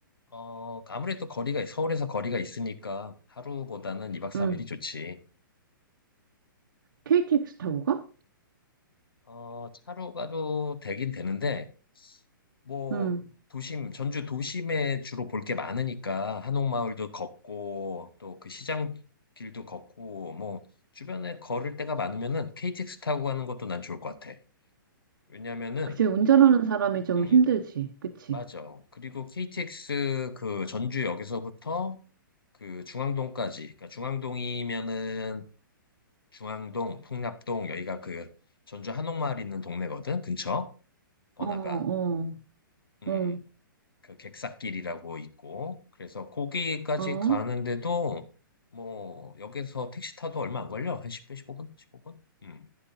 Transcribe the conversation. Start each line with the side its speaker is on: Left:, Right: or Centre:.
Left: 어, 아무래도 거리가, 서울에서 거리가 있으니까 하루보다는 2박 3일이
Right: 응.
Left: 좋지.
Right: KTX 타고 가?
Left: 어, 차로 가도 되긴 되는데, 뭐,
Right: 응.
Left: 도심, 전주 도심에 주로 볼 게 많으니까, 한옥마을도 걷고, 또 그 시장 길도 걷고, 뭐, 주변에 걸을 데가 많으면은 KTX 타고 가는 것도 난 좋을 것 같아. 왜냐면은,
Right: 그치. 운전하는 사람이 좀
Left: 음,
Right: 힘들지. 그치.
Left: 맞아. 그리고 KTX 그 전주역에서부터 그 중앙동까지, 그러니까 중앙동이면은 중앙동, 풍납동 여기가 그 전주 한옥마을 있는 동네거든. 근처 번화가,
Right: 어, 어,
Left: 음,
Right: 어,
Left: 그 객사길이라고 있고, 그래서 거기까지
Right: 어,
Left: 가는데도 뭐 역에서 택시 타도 얼마 안 걸려. 한 10분, 15분, 15분. 음,